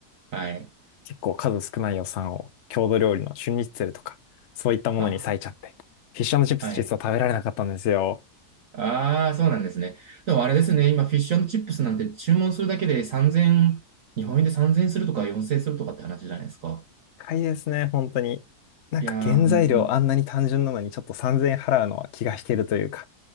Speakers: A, on the right; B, on the left.
A: あ、はい。
B: 結構数少ない予算を郷土料理の春日ツェルとか、そういったものに割いちゃって、
A: あ、
B: フィッシュチップス実は食べられなかったんですよ。
A: はい。ああ、そうなんですね。でもあれですね、今、フィッシュチップスなんて注文するだけで3000、日本円で3000円するとか4000円するとかって話じゃないですか。
B: 高いですね、本当に。なんか原材料あんなに単純なのにちょっと3000円払うのは気が引けるというか。
A: いやー、本当に。